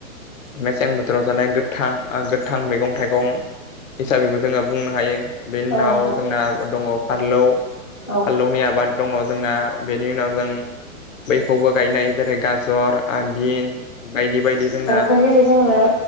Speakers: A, on the left; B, on the left.
A: मेसें बोथोराव जानाय गोथां-गोथां मैगं-थाइगं हिसाबैबो जोङो बुंनो हायो बेनि उनाव
B: औ नंगौ
A: जोंना दङ फारलौ
B: औ
A: फाललौनि आबाद दङ जोंना बेनि उनाव जों बैखौबो गायनाय जेरै गाजर आबिन बायदि बायदि जोंना
B: थ' जेरै जोङो